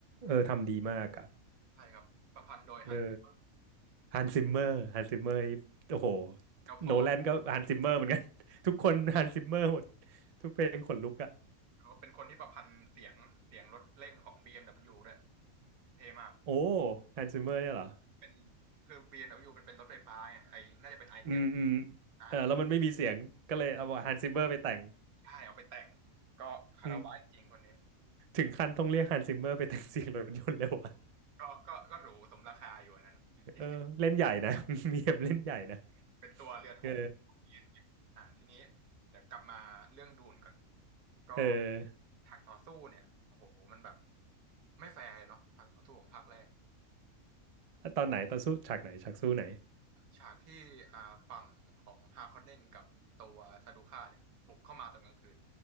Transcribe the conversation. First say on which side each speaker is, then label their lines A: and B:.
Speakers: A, on the right; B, on the right.
A: เออ ทำดีมากอ่ะ
B: ๆใช่ครับประพันธ์โดยฮันส์
A: เออฮันซิมเมอร์ฮันซิมเมอร์นี่โอ้โห
B: เจ้าพ่อ
A: โนแลนก็ฮันซิมเมอร์เหมือนกัน <laughs> ทุกคนฮันซิมเมอร์หมดทุกเพลงขนลุกอ่ะ
B: เขาเป็นคนที่ประพันธ์เสียงเสียงรถเร่งของ BMW ดบเบิลยูด้วยเท่มาก
A: โอ้ฮันซิเมอร์เนี่ยเหรอ
B: เป็นคือ BMW มดับเบิลยูมันเป็นรถไฟฟ้าไงไอน่าจะเป็น i7
A: อืมอืม
B: อเจ็ดอ่า
A: เออแล้วมันไม่มีเสียงก็เลยเอาฮันซิเมอร์ไปแต่ง
B: ใช่เอาไปแต่งก็คารวะจริงๆคนนี้
A: อืมถึงขั้นต้องเรียกฮันซิเมอร์ไปแต่งเสียงรถยนต์เลยวะ
B: ก็ก็ก็หรูสมราคาอยู่อันนั้นทีนี้
A: เออเล่นใหญ่นะ <laughs> มีเอ็มเล่นใหญ่นะ
B: เป็นตัวเรือธงของ
A: เออ
B: BMW อมเนี่ยอ่าทีนี้เดี๋ยวกลับมาเรื่องดูนก่อนก็
A: เออ
B: ฉากต่อสู้เนี่ยโอ้โหมันแบบไม่แฟร์เลยเนาะฉากต่อสู้ของภาคแรก
A: ตอนไหนตอนสู้ฉากไหนฉากสู้ไหน
B: ฉากที่อ่าฝั่งของฮาคอนเนนกับตัวซาดูค่าเนี่ยบุกเข้ามาตอนกลางคืน